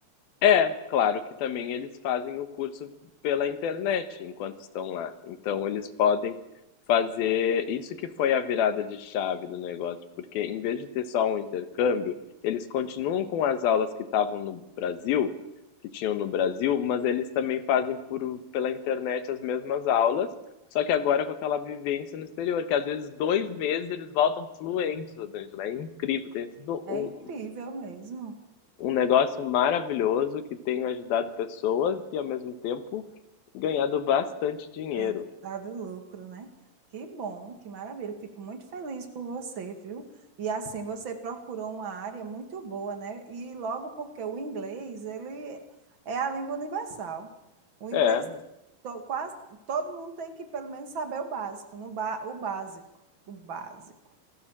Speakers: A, on the left; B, on the right.
A: É, claro que também eles fazem o curso pela internet enquanto estão lá, então eles podem fazer isso que foi a virada de chave do negócio, porque em vez de ter só um intercâmbio, eles continuam com as aulas que estavam no Brasil, que tinham no Brasil, mas eles também fazem por, pela internet as mesmas aulas, só que agora com aquela vivência no exterior, que às vezes dois meses eles voltam fluentes, Rosângela, é incrível, tem sido
B: É
A: um-
B: incrível mesmo.
A: um negócio maravilhoso que tenho ajudado pessoas e ao mesmo tempo ganhado bastante dinheiro.
B: da- Dado lucro, né? Que bom, que maravilha. Eu Fico muito feliz por você, viu? E assim, você procurou uma área muito boa, né? E logo porque o inglês, ele é a língua universal. O
A: É,
B: inglês, to- quase todo mundo tem que pelo menos saber o básico, no ba, o básico, o básico,